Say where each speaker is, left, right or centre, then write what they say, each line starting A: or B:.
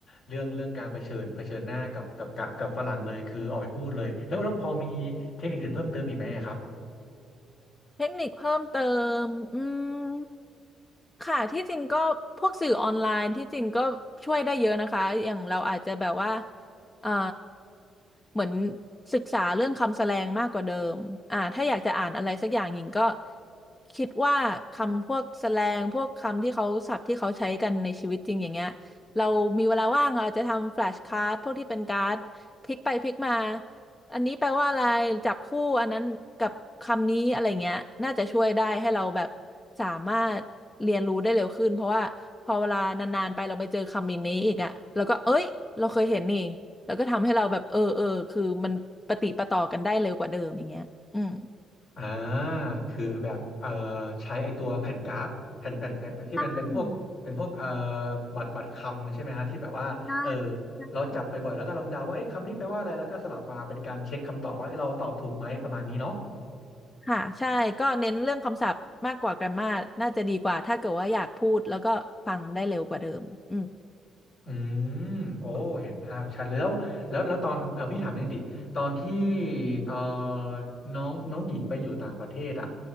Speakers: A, on the left (about 65°); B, on the left (about 20°).
A: เรื่องเรื่องการเผชิญเผชิญหน้ากับกับกะกับฝรั่งเลยคือออกไปพูดเลยแล้วแล้วพอมีเทคนิคอื่นเพิ่มเติมอีกไหมอะครับ
B: เทคนิคเพิ่มเติมอืมค่ะที่จริงก็พวกสื่อออนไลน์ที่จริงก็ช่วยได้เยอะนะคะ อย่างเราอาจจะแบบว่าเอ่อเหมือนศึกษาเรื่องคำแสลงมากกว่าเดิมอ่าถ้าอยากจะอ่านอะไรสักอย่างหญิงก็คิดว่าคำพวกแสลงพวกคำที่เขาศัพท์ที่เขาใช้กันในชีวิตจริงอย่างเงี้ยเรามีเวลาว่างเราอาจจะทำแฟลชการ์ดพวกที่เป็นการ์ดพลิกไปพลิกมา อันนี้แปลว่าอะไรจับคู่อันนั้นกับคำนี้อะไรเงี้ยน่าจะช่วยได้ให้เราแบบสามารถเรียนรู้ได้เร็วขึ้นเพราะว่าพอเวลานานๆไปเราไปเจอคำนี้อีกอะแล้วก็เอ้ยเราเคยเห็นนี่แล้วก็ทำให้เราแบบเออเออคือมันปะติดปะต่อกันได้เร็วกว่าเดิมอย่างเงี้ยอืม
A: อ่าคือแบบเอ่อใช้ไอตัวแผ่นกราฟแผ่นแผ่นแผ่นแผ่นที่มันเป็นพวกเป็นพวกเอ่อ
B: ใ
A: บัตรบัตรคำใช่ไหมฮะที่แบบว่าเออ
B: ช่ใช่
A: เราจับไปบ่อยแล้วก็ลองเดาว่าเอ๊ะคำนี้แปลว่าอะไรแล้วก็สลับมาเป็นการเช็คคำตอบว่าเอ๊ะเราตอบถูกไหมประมาณนี้เนาะ
B: ค่ะใช่ก็เน้นเรื่องคำศัพท์มากกว่าแกรมมาน่าจะดีกว่าถ้าเกิดว่าอยากพูดแล้วก็ฟังได้เร็วกว่าเดิมอืม
A: อืมโอ้เห็นภาพชัดเลยแล้วแล้วแล้วตอนเออพี่ถามนิดนึงดิตอนที่เอ่อน้องน้องหญิงไปอยู่ต่างประเทศอะ